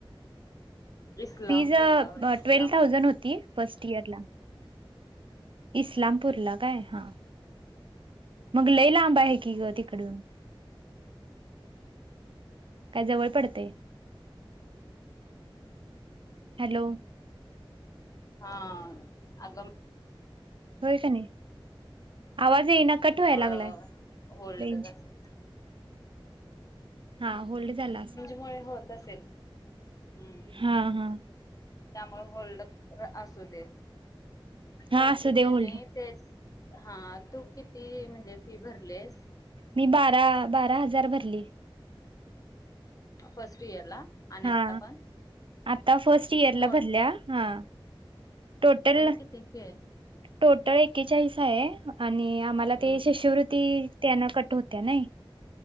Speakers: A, on the left; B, on the right.
A: इस्लामपूर
B: फिज अ
A: गाव इस्लामपूर
B: ट्वेल थावजन होती. फस्ट ईयरला. इस्लामपूरला काय हां, मग लय लांब आहे की गं तिकडून. काय जवळ पडतंय. हॅलो.
A: हां, आगंम
B: होय कणी, आवाज येईना कट व्ह्याय
A: मुळं
B: लागलाय,
A: होल्ड
B: रेंज.
A: ते
B: हा, होल्ड झाला असे
A: होय होत असेल. हम्म
B: हां हां.
A: त्यामुळे होल्ड <unintelligible> असुदे
B: हा
A: बाकी
B: असू दे
A: काय
B: होल्ड
A: नही तेच. हां तू किती म्हणजे फी भरलीस?
B: मी बारा, बारा हजार भरली.
A: फस्ट ईयरला आणि
B: हा
A: आता पण?
B: आता फस्ट ईयरला
A: टोट
B: भरल्या हां, टोटल
A: किती फी आहे?
B: टोटल एकेचाळीस हाय आणि आम्हाला
A: हम्म,
B: ती शिशुवृत्ती त्यानं कट हुत्या नाई.